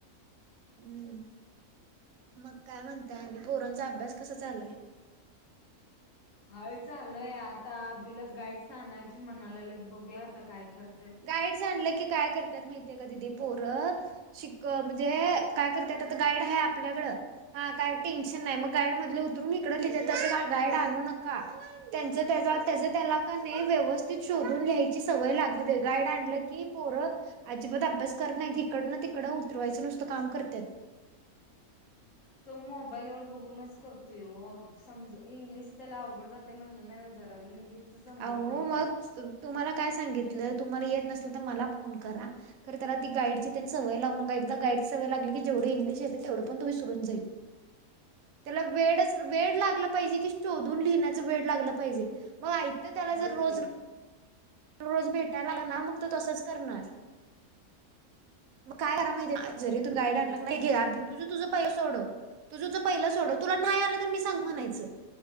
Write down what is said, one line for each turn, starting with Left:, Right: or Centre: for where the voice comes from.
Right: हम्म मग काय म्हणताय आणि पोरांचा अभ्यास कसा चालू हाय?
Left: हय चालूय आता अभिला गाईडस आणायची म्हणा लागल्यात बघूया आता काय करत्यात
Right: गाईड्स आणलं की काय करतात माहतीय का दिदी पोरं शिक म्हणजे काय करत्यात आता गाईड आहे आपल्याकडं हा काय टेन्शन नाही मग गाईड मधले उतरून हिकडं लिहित्यात तसं का गाईड आणू नका, त्यांच त्याचा त्याच त्याला का नाही व्यवस्थित शोधून ल्यायची सवय लागू दे गायड आणलं की पोरं. अजिबात अभ्यास करत नाहीत इकडं ना तिकडं उतरवायचं नुसतं काम करत्यात
Left: तो मोबाईल वर बघूनच करतोय हो समज इंग्लिश त्याला अवघड जाते म्हटलं नाही होय जरा इंग्लिशच समजत
Right: अहो
Left: नाही
Right: मग
Left: त्याला
Right: तुम्हाला काय सांगितलं तुम्हाला येत नसल तर मला फोन करा तर त्याला गाईडची त्यां सवय लाऊ नका एकदा का गाईडची सवय लागली की जेवढ इंग्लिश येतंय तेवढं पण तो विसरून जाईल. त्याला वेडच वेड लागला पाहिजे कि शोधून लिहिण्याच वेड लागला पाहिजे मग आयत त्याला
Left: होयच
Right: जर रोज
Left: की
Right: रोज भेटायला आला ना मग त तसच करणार मग काय करा माहिती काय जरी
Left: होय
Right: तु गाईड
Left: ती
Right: आणला की
Left: तर
Right: नाही, घे
Left: हायच.
Right: तुझ तुझ पहिले सोडव तुझं तुझं पहिलं सोडंव तुला नाही आलं तर मी सांगतो म्हणायचं.